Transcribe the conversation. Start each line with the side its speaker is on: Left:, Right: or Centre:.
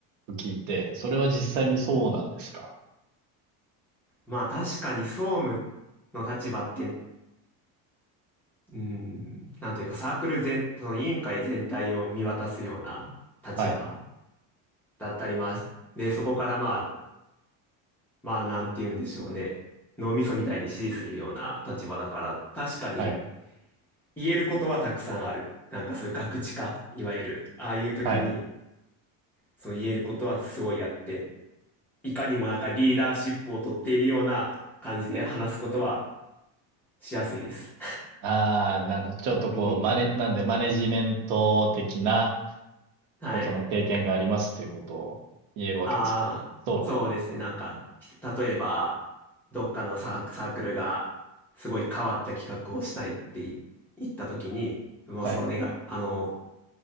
Right: 聞いて、それは実際にそうなんですか
Centre: ー、まあ確かに総務の立場って、うん、なんというかサークル全、その委員会全体を見渡すような立場。
Right: はい。
Centre: だったり、まあ、で、そこからまあ、まあ、なんて言うんでしょうね。脳みそみたいに支持するような立場だから、確かに
Right: はい。
Centre: 言えることはたくさんある。なんかそういうガクチカ、いわゆる。ああいう時に、
Right: はい。
Centre: そう言えることはすごいやって、いかにもなんかリーダーシップを取っているような感じで話すことはしやすいです。
Right: ああ、なるほど。ちょっとこう、
Centre: <laughs> うん。
Right: マネ、なんでマネジメント的な
Centre: はい。
Right: ことの経験がありますっていうことを言えるわけですもんね。
Centre: ああ、
Right: そうです。
Centre: そうですね。なんか、ひと例えば、どっかのサーク、サークルが、すごい変わった企画をしたいってい言ったときに、もうその願い、
Right: はい。
Centre: あの、